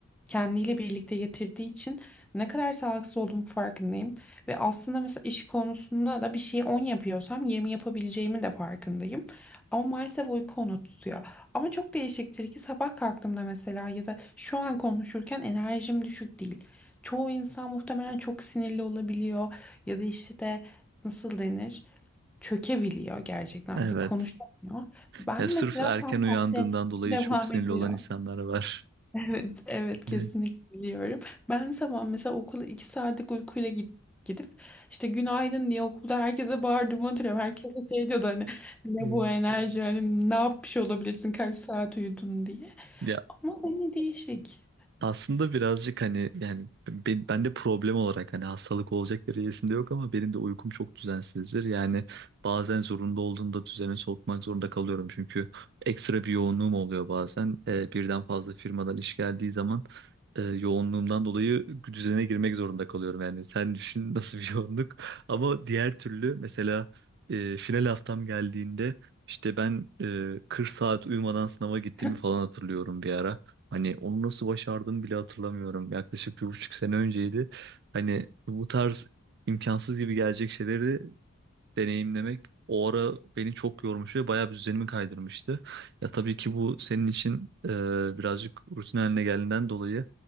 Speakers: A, in the centre; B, on the right (about 50°).
A: kendiyle birlikte getirdiği için ne kadar sağlıksız olduğumu farkındayım. Ve aslında mesela iş konusunda da bir şeyi 10 yapıyorsam 20 yapabileceğimin de farkındayım. Ama maalesef uyku onu tutuyor. Ama çok değişiktir ki sabah kalktığımda mesela ya da şu an konuşurken enerjim düşük değil. Çoğu insan muhtemelen çok sinirli olabiliyor ya da işte de nasıl denir çökebiliyor gerçekten artık
B: evet.
A: konuşamıyor. Ben
B: Ya sırf
A: mesela
B: erken
A: tam tersi
B: uyandığından
A: <laughs>
B: dolayı
A: devam
B: çok sinirli
A: ediyorum.
B: olan insanlar var.
A: Evet, evet kesinlikle
B: Evet.
A: biliyorum. Ben sabah mesela okula iki saatlik uykuyla git, gidip işte günaydın diye okulda herkese bağırdığımı hatırlıyorum. Herkes de şey diyordu hani ne
B: Hmm.
A: bu enerji hani ne yapmış olabilirsin kaç saat uyudun diye.
B: Ya
A: Ama yine değişik.
B: Aslında birazcık hani yani ben, ben de problem olarak hani hastalık olacak derecesinde yok ama benim de uykum çok düzensizdir. Yani bazen zorunda olduğumda düzene sokmak zorunda kalıyorum. Çünkü ekstra bir yoğunluğum oluyor bazen. Ee, birden fazla firmadan iş geldiği zaman e, yoğunluğumdan dolayı düzene girmek zorunda kalıyorum. Yani sen düşün <laughs> nasıl bir yoğunluk. Ama diğer türlü mesela e, final haftam geldiğinde işte ben e, 40 saat uyumadan sınava gittiğimi
A: <laughs>
B: falan hatırlıyorum bir ara. Hani onu nasıl başardığımı bile hatırlamıyorum. Yaklaşık bir buçuk sene önceydi. Hani bu tarz imkansız gibi gelecek şeyleri deneyimlemek o ara beni çok yormuş ve bayağı bir düzenimi kaydırmıştı. Ya tabii ki bu senin için e, birazcık rutin haline geldiğinden dolayı